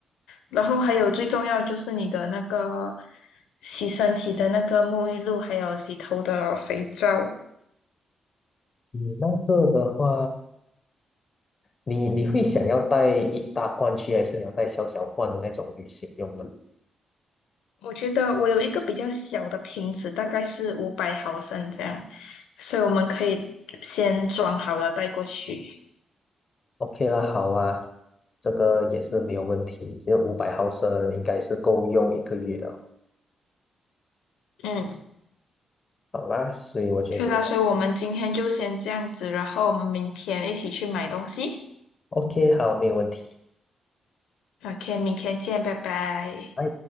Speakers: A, on the left; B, on the left.
A: 然后还有最重要就是你的那个洗身体的那个沐浴露，还有洗头的肥皂。
B: 你那个的话，你你会想要带一大罐去，还是你要带小小罐的那种旅行用的
A: 我觉得我有一个比较小的瓶子，大概是五百毫升这样，所以我们可以先装好了带过去。
B: ？OK 啦，好啊，这个也是没有问题，这五百毫升应该是够用一个月的，
A: 嗯，
B: 好啦，所以我觉得
A: 可以啦，所以我们今天就先这样子，然后我们明天一起去买东西。
B: OK，好，没有问题，
A: OK，明天见，拜拜。
B: 拜。